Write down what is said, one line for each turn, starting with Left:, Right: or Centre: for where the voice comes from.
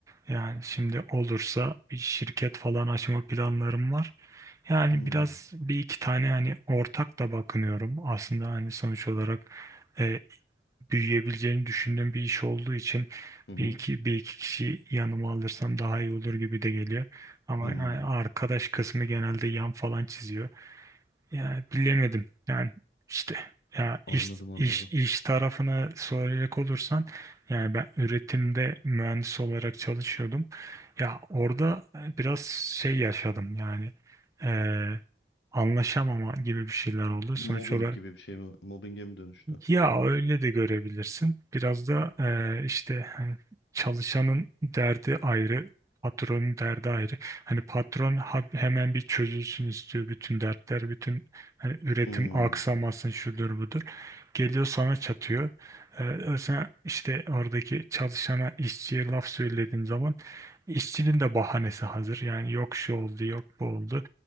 Right: Yani şimdi olursa bir şirket falan açma planlarım var. Yani
Left: Hmm,
Right: biraz bir iki tane hani ortak da bakınıyorum. Aslında hani sonuç olarak e, büyüyebileceğini düşündüğüm bir iş olduğu için
Left: hı hı,
Right: bir iki bir iki kişi yanıma alırsam daha iyi olur gibi de geliyor. Ama
Left: hmm.
Right: yani arkadaş kısmı genelde yan falan çiziyor. Ya bilemedim. Yani işte ya
Left: Anladım
Right: iş
Left: anladım.
Right: iş iş tarafına soracak olursan yani ben üretimde mühendis olarak çalışıyordum. Ya orada e, biraz şey yaşadım yani eee anlaşamama gibi bir şeyler oldu. Sonuç
Left: Mobbing
Right: olarak
Left: gibi bir şey mi? Mobbinge mi dönüştü?
Right: ya öyle de görebilirsin. Biraz da eee, işte hani çalışanın derdi ayrı, patronun derdi ayrı. Hani patron ha- hemen bir çözülsün istiyor bütün dertler, bütün hani üretim
Left: Hmm,
Right: aksamasın şudur budur. Geliyor sana çatıyor. Eee sen işte oradaki çalışana, işçiye laf söylediğin zaman işçinin de bahanesi hazır. Yani yok şu oldu, yok bu oldu.